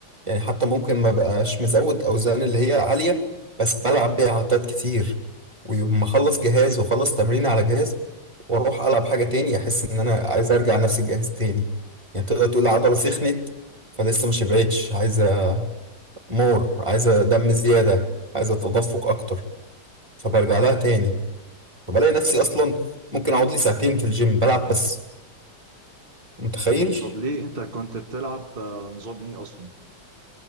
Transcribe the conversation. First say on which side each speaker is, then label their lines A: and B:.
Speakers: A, on the right; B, on the right.
A: يعني حتى ممكن ما بقاش مزود اوزان اللي هي عالية بس بلعب بيها عدات كتير ويوم ما اخلص جهاز واخلص تمرين على جهاز واروح العب حاجة تاني احس ان انا عايز ارجع نفس الجهاز تاني يعني تقدر تقول العضلة سخنت فلسه ما شبعتش عايز مور عايزة دم زيادة عايزة تدفق أكتر فبرجع لها تاني فبلاقي نفسي أصلا ممكن أقعد لي ساعتين في الجيم بلعب بس متخيل
B: مم، طب ليه انت كنت بتلعب آه، نظام ايه اصلا؟